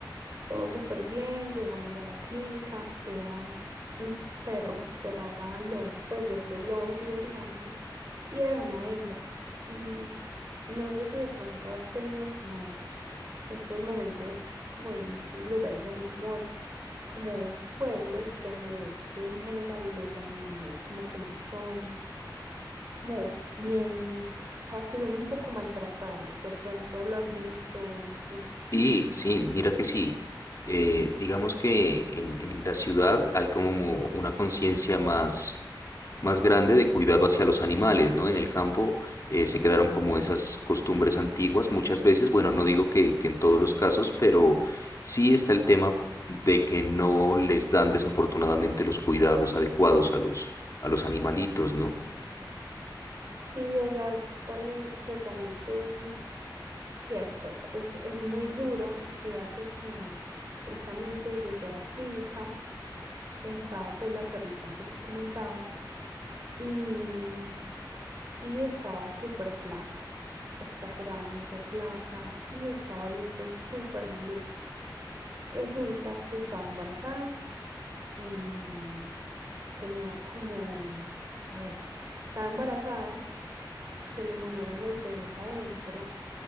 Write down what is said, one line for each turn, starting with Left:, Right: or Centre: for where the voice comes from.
Right: Todo súper bien, llegamos a la clínica. Era mm, un perro de raza lobo, pues de estos lobos siberianos, y era una hembra. Mm, no sé si de pronto has tenido como estos momentos, como en estos lugares, así como como pueblos donde ves que en general los animales como que no son como bien, o sea, que son un poco maltratados. De pronto lo has visto, no sé.
Left: Sí, sí, mira que sí. Eh, digamos que en, en la ciudad hay como una conciencia más, más grande de cuidado hacia los animales, ¿no? En el campo eh, se quedaron como esas costumbres antiguas muchas veces. Bueno, no digo que, que en todos los casos, pero sí está el tema de que no les dan desafortunadamente los cuidados adecuados a los, a los animalitos, ¿no?
Right: Sí, o sea, es totalmente, totalmente mm, cierto. Es, es muy duro y fíjate que justamente llegué a la clínica, estaba pues la perrita que te comentaba y, mm, y estaba súper flaca, exageradamente flaca y estaba oliendo súper maluco. Resulta que estaba embarazada y mm, tenía como, a ver, estaba embarazada, se le murieron los bebés adentro